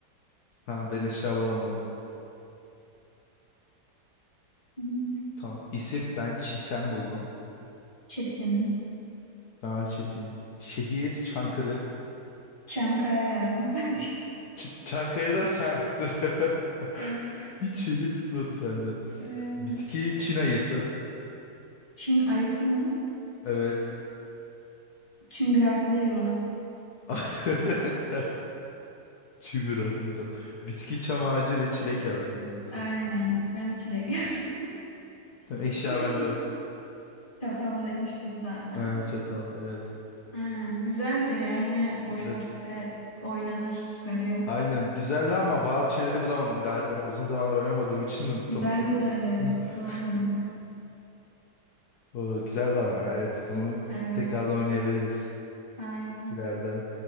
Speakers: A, on the left; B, on the left.
A: Ha ben eşya bulamadım.
B: Hmm,
A: Tamam. İsim ben Çisem buldum.
B: Çetin.
A: Daha çetin. Şehir Çankırı.
B: Çankaya yazdım ben. <laughs>
A: Ç- Çankaya'da semt. <laughs>
B: Ee,
A: Hiç şehir tutmadı sende.
B: ee,
A: Bitki Çin ayısı.
B: Çin ayısı mı?
A: Evet.
B: Çıngıraklı yılan.
A: <laughs> Çıngıraklı yılan. Bitki çam ağacı ve çilek yazdım ben.
B: Aynen. Ben de çilek yazdım.
A: Tamam, eşya
B: <laughs>
A: bende yok.
B: Çatal demiştim zaten.
A: Ha, çatal evet.
B: Ha, güzel de ya yine boş
A: Evet.
B: vakitte oynanır sarıyor.
A: Aynen güzel ama bazı şeyleri bulamadım galiba. Uzun zamandır oynamadığım için unuttum.
B: Ben de öyle
A: <laughs>
B: bulamadım.
A: Oo, Güzeldi ama ya evet. Bunu
B: Evet
A: tekrardan oynayabiliriz.
B: aynen.
A: ileride.